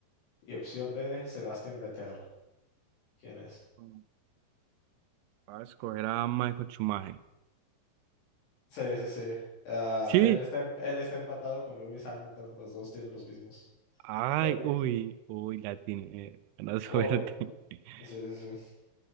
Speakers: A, on the left; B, on the right.
A: y opción D, Sebastian Vettel. ¿Quién es?
B: Va a escoger a Michael Schumacher.
A: Sí, sí, sí. Ah,
B: Sí.
A: él está, em- él está empatado con Lewis Hamilton. Los dos tienen los mismos.
B: Ay,
A: Correcto.
B: uy, uy, la tiene. eh, Buena suerte.
A: Correcto.
B: <laughs>
A: Sí, sí, sí.